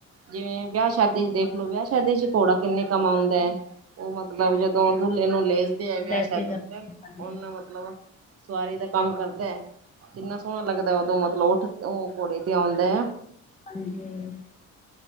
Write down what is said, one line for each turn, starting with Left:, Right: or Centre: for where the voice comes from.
Right: ਜਿਵੇਂ ਵਿਆਹ ਸ਼ਾਦੀ ਚ ਦੇਖ ਲੋ ਵਿਆਹ ਸ਼ਾਦੀ ਚ ਘੋੜਾ ਕਿੰਨੇ ਕੰਮ ਆਉਂਦਾ। ਉਹ ਮਤਲਬ ਜਦੋਂ ਦੁੱਲੇ ਨੂੰ ਲੇਜਦੇ ਐ ਵਿਆ
Left: ਲੈ
Right: ਸ਼ਾਦੀ
Left: ਕੇ ਜਾ
Right: ਤੇ
Left: ਹਾਂਜੀ
Right: ਉਨੂੰ ਮਤਲਬ ਸਵਾਰੀ ਦਾ ਕੰਮ ਕਰਦਾ। ਕਿੰਨਾ ਸੋਣਾ ਲੱਗਦਾ ਉਦੋਂ ਮਤਲਬ ਉੱਠ ਉਹ ਘੋੜੇ ਤੇ ਆਉਂਦਾ।
Left: <unintelligible>